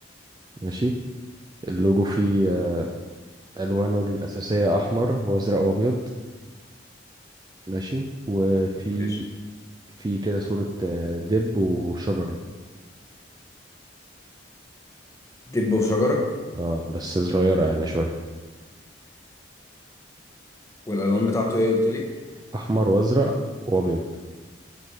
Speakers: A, on the right; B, on the left.
A: ماشي اللورو فيه آه، ألوانه الأساسية أحمر وأزرق وأبيض ماشي وفي
B: ماشي
A: في كده صورة آه، دب وشجرة
B: دب وشجرة
A: اه بس صغيرة يعني شوية
B: والالوان بتاعته ايه قلت لي
A: أحمر وأزرق وأبيض